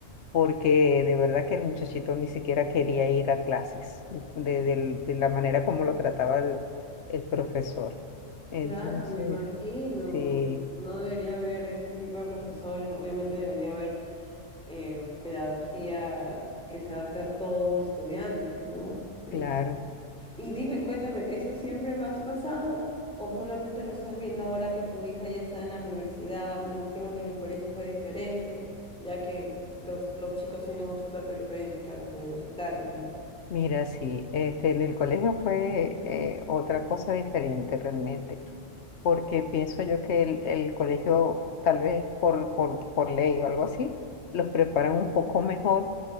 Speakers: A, on the left; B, in the centre.
A: porque de verdad que el muchachito ni siquiera quería ir a clases, de, del- de la manera como lo trataba el, el profesor. Entonces,
B: Claro, me imagino.
A: sí,
B: No debería haber ese tipo de profesores. Obviamente debería haber eh, pedagogía que se adapte a todo estudiante, ¿no? es
A: claro.
B: Y dime, cuéntame, ¿eso siempre lo has pasado o solamente lo estás viendo ahora que tu hija ya está en la universidad? Me imagino que en el colegio fue diferente, ya que los, los chicos tienen otro trato diferente que a los universitarios, ¿no?
A: Mira, sí, este, en el colegio fue eh, otra cosa diferente realmente, porque pienso yo que el, el colegio, tal vez por, por, por ley o algo así, los preparan un poco mejor